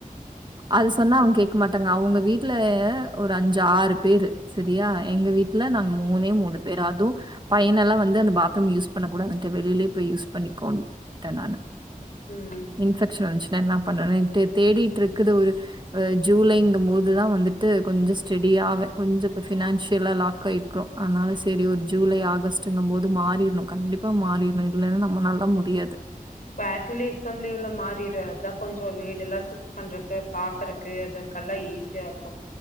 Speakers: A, on the right (about 30°); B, on the left (about 70°).
A: அது சொன்னா அவங்க கேக்க மாட்டாங்க அவங்க வீட்ல ஒரு அஞ்சு ஆறு பேரு சரியா எங்க வீட்ல நாங்க மூணே மூணு பேரு அதுவு பையன எல்லா வந்து அந்த பாத்ரூம் யூஸ் பண்ண கூடாதுன்ட வெளிலயே போய் யூஸ் பண்ணிக்கோன்டே நானு
B: ம்
A: இன்ஃபெக்ஷன் வன்ச்சு னா என்ன பண்ணர தே தேடிட்ருக் இருக்குது ஒருஹ ஜூலைங்கும் போதுதான் வந்துட்டு கொஞ்ச ஸ்டெடியாவெ கொஞ்சொ இப்ப ஃபினான்சியலா லாக்காயிருக்ரோம். அதனால செரி ஒரு ஜூலை ஆகஸ்டுங்கும் போது மாறிர்ணும் கண்டிப்பா மாறிர்னு இல்லைன்னா நம்ம நானலா முடியாது.
B: குவாட்டலி எக்ஸாம் லீவ்ல மாறிரு. அதான் கொஞ்ஞொ வீடுல்லா ஷிப்ட் பண்றக்கு பாக்குறக்கு அத க்கல்லா ஈஸியா இருக்கொ